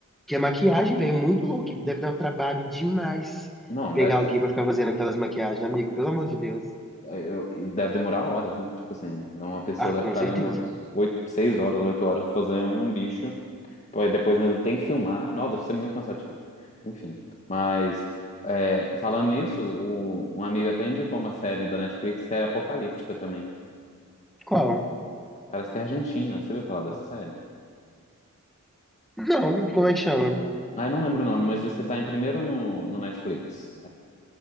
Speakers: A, in the centre; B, on the left.
A: que a maquiagem, velho, é muito louco, deve dar um trabalho demais
B: Não,
A: pegar
B: deve
A: alguém
B: ser.
A: pra ficar fazendo aquelas maquiagens, amigo, pelo amor de Deus.
B: é, eu- e deve demorar horas, né? Tipo assim, então uma pessoa
A: Ah,
B: deve
A: com
B: ficar
A: certeza.
B: ali umas oito, seis horas, oito horas pra fazer um bicho, pô, e depois ainda tem que filmar. Nossa, deve ser muito cansativo. Enfim, mas é, falando nisso, o, um amigo até indicou uma série da Netflix que é apocalíptica também.
A: Qual?
B: Parece que é argentina. Você viu falar dessa série?
A: Não, como é que chama?
B: Ah, eu não lembro o nome, mas diz que tá em primeiro no, no Netflix.